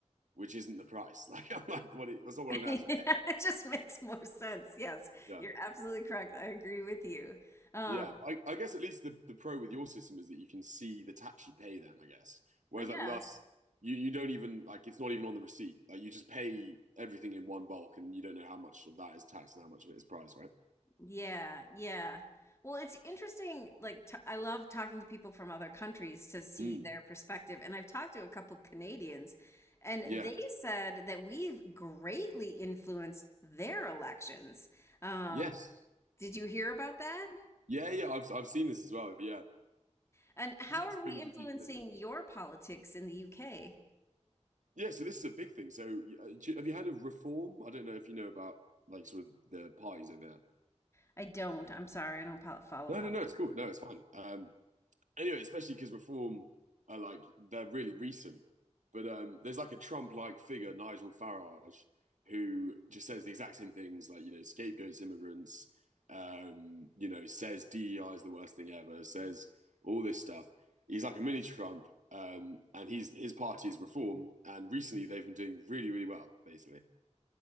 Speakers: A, on the right; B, on the left.
A: which isn't the price. <laughs> Like I'm like, what? that's
B: <laughs>
A: not what
B: Yeah,
A: I'm gonna have to pay.
B: It just makes more sense. Yes,
A: Yeah,
B: you're absolutely correct. I agree with you. Um,
A: yeah. I, I guess at least the the pro with your system is that you can see the tax you pay. Then I guess, whereas
B: I guess.
A: like with us, you you don't even like it's not even on the receipt. Like you just pay everything in one bulk, and you don't know how much of that is tax and how much of it is price, right?
B: Yeah, yeah. Well, it's interesting. Like, t I love talking to people from other countries to see
A: Mm,
B: their perspective. And I've talked to a couple Canadians, and
A: yeah.
B: they said that we've greatly influenced their elections. Um,
A: Yes.
B: did you hear about that?
A: Yeah. Yeah. I've I've seen this as well. Yeah.
B: And how
A: 'Cause I
B: are
A: was
B: we
A: speaking
B: influencing
A: to a few Canadians.
B: your politics in the UK?
A: Yeah. So this is a big thing. So uh, do you- have you heard of reform? I don't know if you know about like sort of the parties over there.
B: I don't. I'm sorry. I don't pol follow
A: No,
B: politics.
A: no, no. It's cool. No, it's fine. Um, anyway, especially because reform are like they're really recent. But um, there's like a Trump-like figure, Nigel Farage, who just says the exact same things, like you know, scapegoats immigrants, um, you know, says DEI is the worst thing ever, says all this stuff. He's like a mini Trump, um, and he's his party is Reform, and recently they've been doing really, really well, basically.